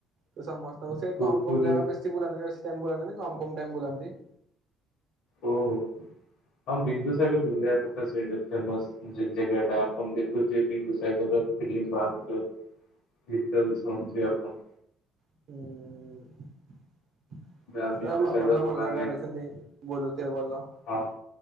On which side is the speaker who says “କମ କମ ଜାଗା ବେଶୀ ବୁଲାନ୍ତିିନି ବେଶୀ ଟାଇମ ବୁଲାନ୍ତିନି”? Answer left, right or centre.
Right